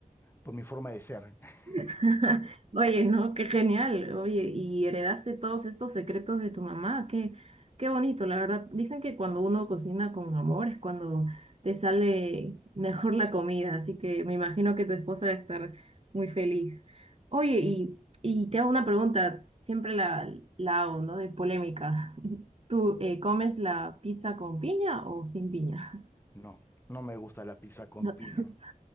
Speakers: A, on the left (about 15°); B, on the right (about 45°).
A: por mi forma de ser. <laughs>
B: <laughs> Oye, no, qué genial. Oye, y heredaste todos estos secretos de tu mamá. Qué, qué bonito, la verdad. Dicen que cuando uno cocina con amor es cuando te sale mejor la comida, así que me imagino que tu esposa debe estar muy feliz. Oye, y, y te hago una pregunta, siempre la, la hago, ¿no? De polémica. <laughs> ¿Tú eh, comes la pizza con piña o sin piña?
A: No, no me gusta la pizza con
B: <laughs>
A: piña.